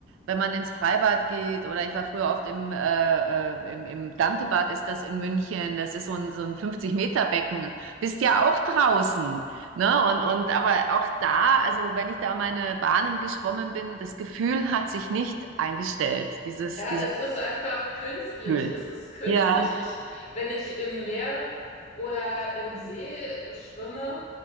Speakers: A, on the right (about 75°); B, on the left (about 35°).
A: wenn man ins Freibad geht oder ich war früher oft im, äh, äh, im, im Dantebad, ist das in München, das ist so ein, so ein fünfzig meter becken bist ja auch draußen, ne? Und, und aber auch da, also wenn ich da meine Bahnen geschwommen bin, das Gefühl hat sich nicht eingestellt, dieses,
B: Ja,
A: dieses
B: es ist einfach künstlich.
A: Flow-Gefühl.
B: Es ist künstlich.
A: Ja,
B: Ich, wenn ich im Meer oder im See schwimme,